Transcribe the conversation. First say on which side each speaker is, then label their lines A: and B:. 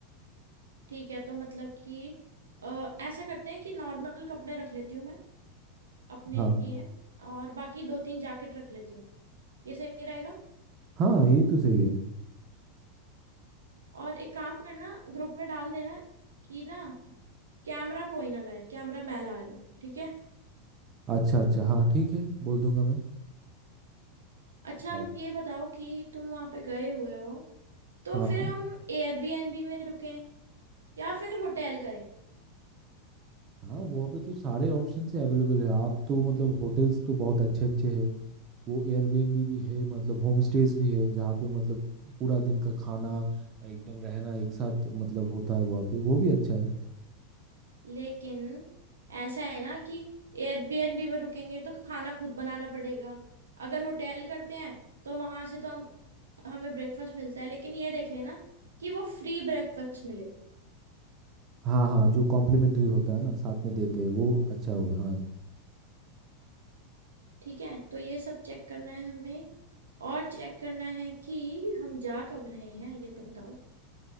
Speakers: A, on the right; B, on the right.
A: ठीक है तो मतलब कि अ, ऐसा करते हैं कि नॉर्मल कपड़े रख लेती हूँ मैं अपने
B: हाँ
A: लिए और बाकी दो तीन जैकेट रख लेती हूँ ये सही रहेगा
B: हाँ ये तो सही है
A: और एक काम करना ग्रुप में डाल देना कि ना कैमरा कोई ना लाए कैमरा मैं ला रही हूँ ठीक है
B: अच्छा अच्छा हाँ ठीक है बोल दूंगा मैं
A: अच्छा अब
B: हाँ
A: ये बताओ कि तुम वहां पे गए हुए हो तो
B: हाँ
A: फिर
B: हाँ
A: हम एयरबीएनबी में रुकें या फिर होटल करें
B: हाँ वहाँ पे तो सारे ऑप्शन से अवेलेबल है आप तो मतलब होटल्स तो बहुत अच्छे अच्छे हैं वो एयरबीएनबी भी है मतलब होम स्टेज भी है जहाँ पे मतलब पूरा दिन का खाना एकदम रहना एक साथ मतलब होता है वहाँ पे वो भी अच्छा है
A: लेकिन ऐसा है ना कि एयरबीएनबी में रुकेंगे तो खाना खुद बनाना पड़ेगा अगर होटल करते हैं तो वहां से तो हम हमें ब्रेकफास्ट मिलता है लेकिन ये देख लेना कि वो फ्री ब्रेकफास्ट मिले
B: हाँ हाँ जो कॉम्प्लीमेंट्री होता है ना साथ में देते हैं वो अच्छा होगा हाँ
A: ठीक है तो ये सब चेक करना है हमें और चेक करना है कि हम जा कब रहे हैं ये तो बताओ